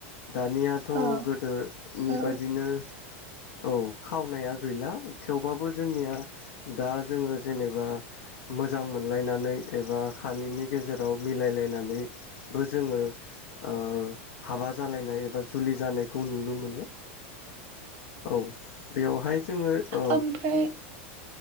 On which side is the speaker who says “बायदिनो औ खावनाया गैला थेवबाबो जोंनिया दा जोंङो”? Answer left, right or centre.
Left